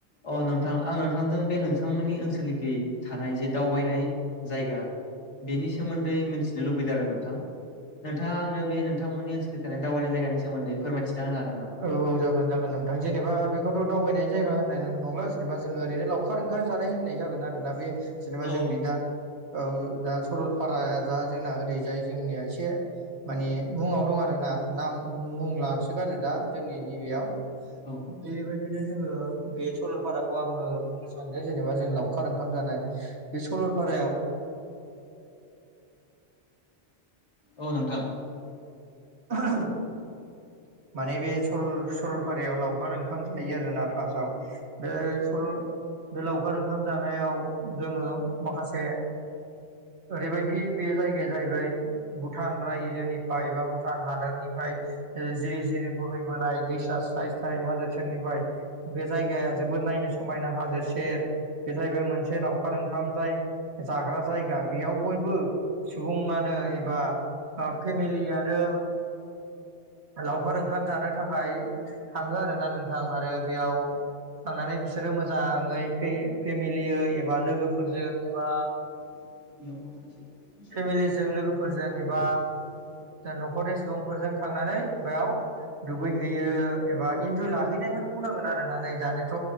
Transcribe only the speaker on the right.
<unintelligible>
औ औ जागोन जागोन नोंथां जेनेबा बेखौथ' दावबायनाय जायगा होन्नाय नंला जेनेबा जोङो ओरैनो लावखार ओंखाम जानाय होननाय जागोन आरोना बे जेनेबा
जोंनि
दा औ दा सरलपाराया दा जोंना ओरैजाय जोंनिया एसे मानि मुङाव दं आरो नाम बुंलांसोगारो दा जोंनि नैबेयाव
बेबायदिनो जोङो बे सरलपाराखौ आङो बुंनो सानदों जेनेबा जों लाव खार ओंखाम जानाय बे सलपारायाव
<unintelligible> माने बे सरलपारायाव लावखार ओंखाम जायो आरोना फार्स्टआव बे सरल बे लावखार ओंखाम जानायाव जोङो माखासे ओरैबायदि बे जायगाया जाहैबाय भुटान रायजोनिफ्राय एबा भुटान हादरनिफ्राय जिरि जिरि बोहैबोनाय दैसा स्राय स्राय हाजो सेरनिफ्राय बे जायगाया जोबोद नायनो समायना हाजो सेर बे जाहैबाय मोनसे लावखार ओंखाम जाय जाग्रा जायगा बेयाव बयबो सुबुङानो एबा फेमिलियानो लावखार ओंखाम जानो थाखाय थाङो आरो ना नोंथां आरो बेयाव थांनानै बिसोरो मोजाङै फेमिलियै एबा लोगोफोरजों एबा
फेमिलिजों लोगोफोरजों एबा न'खरनि सुबुंफोरजों थांनानै
दुगैहैयो एबा इन्जय लाहैनायखौनो बुंनांगोन आरो ना नै दानिथ'